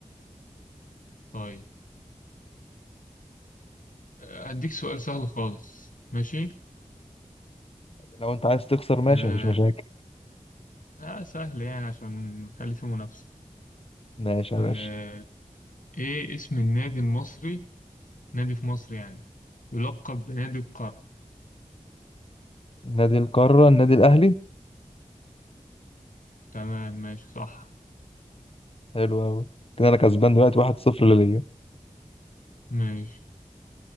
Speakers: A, on the left (about 80°); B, on the left (about 45°).
A: طيب آه، هديك سؤال سهل خالص ماشي
B: لو انت عايز تخسر ماشي
A: آه,
B: مفيش مشاكل
A: آه سهل يعني عشان نخلي فيه منافسة
B: ماشي يا
A: آه
B: باشا
A: ايه اسم النادي المصري نادي في مصر يعني يلقب بنادي القرن
B: نادي القاره النادي الاهلي
A: تمام ماشي صح
B: حلو قوي كده انا كسبان دلوقتي 1-0 ليا
A: ماشي